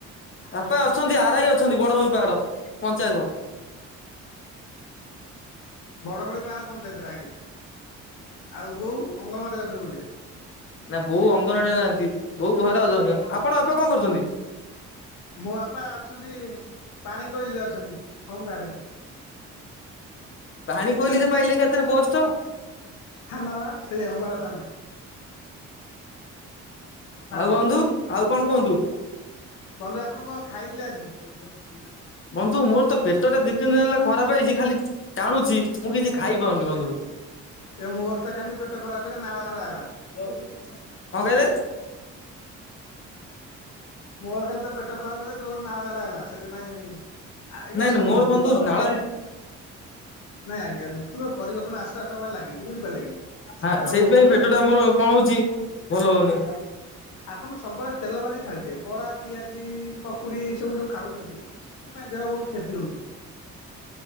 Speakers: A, on the left; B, on the left.
A: ବାପା ଅଛନ୍ତି ଆରାଇ ଅଛନ୍ତି ବଡଭ ପାହାଡ ପଞ୍ଚାୟତ।
B: ବଡ଼ଗଡ଼ି ଗାଁର ପଞ୍ଚାୟତରେ ଆଜ୍ଞା ଆଉ ବୋଉ ଅଙ୍ଗନମାଡ଼ିରେ ଅଛନ୍ତି ବୋଧେ
A: ନା ବୋଉ ଅଙ୍ଗନଡିରେ ନାହାନ୍ତି ବୋଉ ଘରେ ଅସଛନ୍ତି। ଆପଣ ବାପା କଣ କରୁଛନ୍ତି।
B: ମୋ ବାପା ଅଛନ୍ତି ପାଣ କୋଇଲରେ ଅଛନ୍ତି। ହୋମ ଗାର୍ଡ଼ରେ
A: ପାଣି କୋଇଲି ପାଇଲେ ଏକାଥରେ ପୋଟ୍।
B: ଥନାବା ସେଇ ହୋମ୍ ଗାଢ ଥନା। ଫାଣ୍ଡିରେ
A: ଆଉ ବନ୍ଧୁ ଆଉ କଣ କୁହନ୍ତୁ।
B: ବନ୍ଧୁ ଆପଣ କ ଖାଇଥିଲେ ଆଜି।
A: ହ <inaudible> ବନ୍ଧୁ ମୋର ତ ପେଟ ଟା ଦି ତିନି ଦିନ ହେଲା ଖରାପ ହେଇଛି। ଖାଲି ଟାଣୁଛି ମୁଁ କିଛି ଖାଇପାରୁନି ବନ୍ଧୁ।
B: ଏ ମୋର ତ କାଲି ପେଟ ଖରାପ ହେଲା ନାଳଝାଡା ହେଲା।
A: କଁ କହିଲେ।
B: ମୋର କାଲି ତ ପେଟ ଖରାପ ହେଲା। ଜୋରେ ନାଳ ଝାଡା ହେଲା ସେଥିପାଇଁ। ଆଜ୍ଞା
A: ନାଇଁ
B: ଶୁଣନ୍ତୁ।
A: ନାଇଁ ମୋର ବନ୍ଧୁ ନାଳ
B: ନାଇଁ ଆଜ୍ଞାଋତୁର ପରିବର୍ତନ ଆସ୍ତେ ଆସ୍ତେ ଭଳି ଲାଗିଛି ବୁଝିପାରିଲେ କି।
A: ହାଁ
B: ଆଉ
A: ସେଇଥିପାଇଁ ପେଟ ଟା ମୋର କଣ ହଉଛି ଭଲ ହଉନି।
B: ଆପନ ସବୁବେଳେ ତେଲ ଭାଜି ଖାଇଲେ ବରା, ପିଆଜି, ପକୁଡ଼ି, ଏଇ ସବୁ ଯଉ ଖାଉଛନ୍ତି। ସେଥିପାଇଁ ଦେହ ବହୁତ କ୍ଷତି ହେଉଛି।